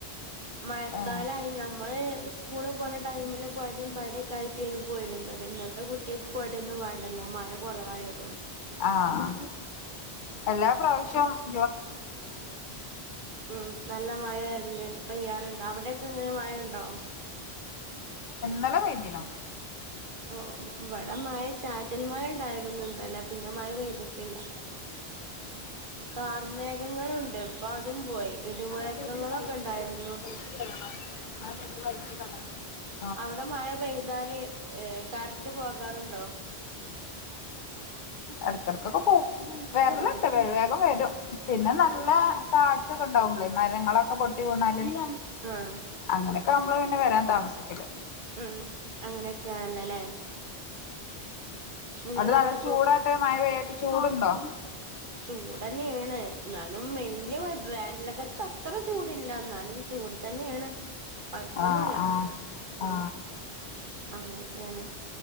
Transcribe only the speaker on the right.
മഴക്കാലമായി
ഞമ്മള് സ്കൂള് പോകണ ടൈമില് കോടയും പാടൊക്ക ആയിട്ടേയ്നു പോയിരുന്നത് ഇന്നത്തെ കുട്ട്യാക്ക് കോടയൊന്നും വേണ്ടല്ലോ മഴ കുറവായിരു
ഉം നല്ല മഴ വരല്ലണ്ട് പെയ്യാറുണ്ട് അവിടെ ക്കെ എങ്ങനെ മഴുണ്ടോ
ഓ ഇവിടെ മഴ ചാറ്റൽ മഴ ഇണ്ടായിരുന്നു ന്നലെ പിന്നെ മഴ പെയ്തിട്ടില്ല ഉക്ക മേഘങ്ങളുണ്ട് ഇപ്പൊ അതും പോയി
ഇടിമുഴക്കങ്ങളൊക്കെ ഉണ്ടായിരുന്നു അവിടെ മഴ പെയ്താല് ഏ കാരണ്ട് പോകാറുണ്ടോ
ഉം
ഉം
ആഹ്
ഉം അങ്ങനെയൊക്കെയാണല്ലോല്ലേ നിങ്ങളവിടെ
ചൂടന്നേണ് എന്നാലും വല്യ കൊയ വേനൽകത്തെ അത്ര ചൂടില്ല എന്നാലും ചൂട് തന്നെയാണ് കൊഴപ്പൊന്നുല്ല
ഉം അങ്ങനെയൊക്കെയാണ്